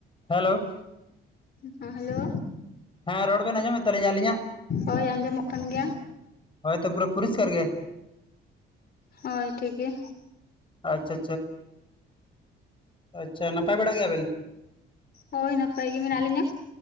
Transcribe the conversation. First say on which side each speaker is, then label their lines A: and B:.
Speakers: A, on the left; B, on the left.
A: Hello
B: ᱦᱮᱸ hello
A: ᱦᱮᱸ ᱨᱚᱲ ᱵᱤᱱ ᱟᱸᱡᱚᱢᱮᱫ ᱛᱟᱹᱞᱤᱧ ᱟᱹᱞᱤᱧᱟᱜ?
B: ᱦᱚᱭ ᱟᱸᱡᱚᱢᱚᱜ ᱠᱟᱱ ᱜᱮᱭᱟ
A: ᱦᱚᱭ ᱛᱚ ᱯᱩᱨᱟᱹ ᱯᱩᱨᱤᱥᱠᱟᱨ ᱜᱮ
B: ᱦᱚᱭ ᱴᱷᱤᱠ ᱜᱮᱭᱟ
A: ᱟᱪ ᱪᱷᱟ ᱪᱷᱟ ᱪᱷᱟ ᱱᱟᱯᱟᱭ ᱵᱟᱲᱟ ᱜᱮᱭᱟᱵᱤᱱ
B: ᱦᱚᱭ ᱱᱟᱯᱟᱭ ᱜᱮ ᱢᱮᱱᱟᱜ ᱞᱤᱧᱟ